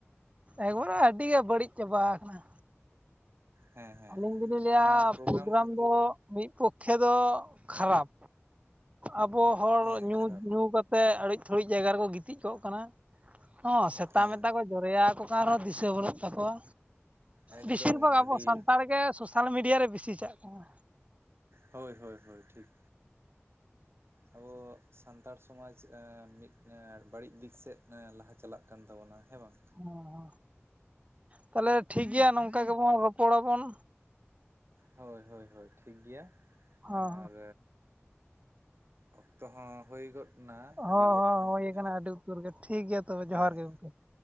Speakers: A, on the right; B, on the right.
A: ᱮᱠᱵᱟᱨᱮ ᱟᱹᱰᱤ ᱜᱮ ᱵᱟᱹᱲᱤᱡ ᱪᱟᱵᱟ ᱟᱠᱟᱱᱟ᱾
B: ᱦᱮᱸ ᱦᱮᱸ
A: ᱟᱹᱞᱤᱧ ᱫᱚᱞᱤᱧ ᱞᱟᱹᱭᱟ
B: ᱱᱚᱣᱟ
A: ᱯᱨᱳᱜᱨᱟᱢ
B: ᱠᱷᱟᱹᱛᱤᱨ
A: ᱫᱚ ᱢᱤᱫ ᱯᱚᱠᱠᱷᱮ ᱫᱚ ᱠᱷᱟᱨᱟᱯ ᱟᱵᱚ ᱦᱚᱲ
B: ᱦᱮᱸ
A: ᱧᱩ
B: ᱠᱷᱟᱨᱟᱯ
A: ᱧᱩ ᱠᱟᱛᱮ ᱛᱮ ᱟᱹᱲᱤᱡ ᱛᱷᱟᱲᱤᱡ ᱡᱟᱭᱜᱟ ᱨᱮᱠᱚ ᱜᱤᱛᱤᱡ ᱠᱚᱜ ᱠᱟᱱᱟ ᱦᱚᱸ ᱥᱮᱛᱟ
B: ᱦᱮᱸ
A: ᱢᱮᱛᱟ ᱠᱚ ᱡᱚᱨᱮᱭᱟ ᱟᱠᱚ ᱠᱟᱱ ᱨᱮᱦᱚᱸ ᱫᱤᱥᱟᱹ ᱵᱟᱹᱱᱩᱜ ᱛᱟᱠᱚᱣᱟ᱾
B: ᱮᱠᱫᱚᱢ
A: ᱵᱮᱥᱤᱨ ᱵᱷᱟᱜᱽ
B: ᱟᱹᱰᱤ
A: ᱟᱵᱚ ᱥᱟᱱ ᱛᱟᱲ ᱜᱮ ᱥᱳᱥᱟᱞ ᱢᱤᱰᱤᱭᱟ ᱨᱮ ᱵᱤᱥᱤ ᱪᱟᱜ ᱠᱟᱱᱟ᱾
B: ᱦᱳᱭ ᱦᱳᱭ ᱦᱳᱭ ᱴᱷᱤᱠ, ᱟᱵᱚ ᱟᱜ ᱥᱟᱱᱛᱟᱲ ᱥᱚᱢᱟᱡ ᱮᱸ ᱢᱤᱫ ᱮᱸ ᱵᱟᱹᱲᱤᱡ ᱫᱤᱠ ᱥᱮᱫ ᱮᱸ ᱞᱟᱦᱟ ᱪᱟᱞᱟᱜ ᱠᱟᱱ ᱛᱟᱵᱚᱱᱟ ᱦᱮᱸ ᱵᱟᱝ?
A: ᱚᱸ ᱚᱸ ᱛᱟᱦᱚᱞᱮ ᱴᱷᱤᱠ ᱜᱮᱭᱟ ᱱᱚᱝᱠᱟ ᱜᱮᱵᱚᱱ ᱨᱚᱯᱚᱲᱟ ᱵᱚᱱ᱾
B: ᱦᱳᱭ ᱦᱳᱭ ᱦᱳᱭ ᱴᱷᱤᱠ ᱜᱮᱭᱟ
A: ᱦᱚᱸ
B: ᱟᱨ ᱚᱠᱛᱚ ᱦᱚᱸ ᱦᱩᱭ ᱜᱚᱫ ᱱᱟ
A: ᱦᱚᱸ
B: ᱟᱹᱰᱤ
A: ᱦᱚᱸ
B: ᱜᱮᱫ
A: ᱦᱚᱸ
B: ᱠᱷᱟᱱ
A: ᱦᱩᱭ
B: ᱦᱮᱸ
A: ᱠᱟᱱᱟ
B: ᱵᱟᱝ,
A: ᱟᱹᱰᱤ ᱩᱛᱟᱹᱨ ᱜᱮ ᱴᱷᱤᱠ ᱜᱮᱭᱟ ᱛᱚᱵᱮ
B: ᱦᱮᱸ,
A: ᱡᱚᱦᱟᱨ ᱜᱮ ᱜᱚᱢᱠᱮ